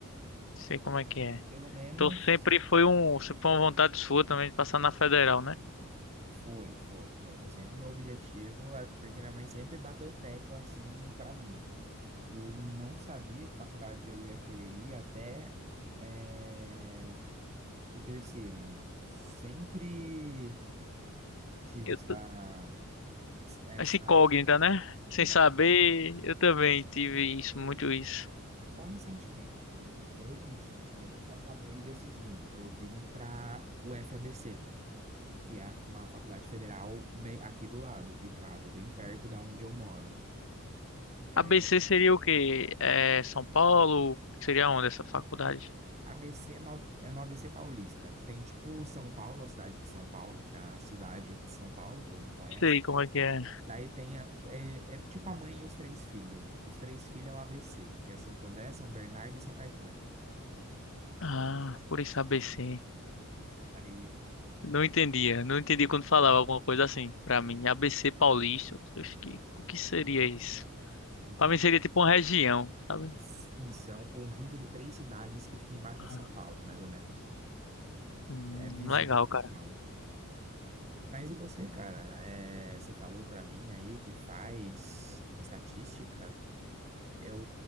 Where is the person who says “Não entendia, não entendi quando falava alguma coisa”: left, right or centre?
Left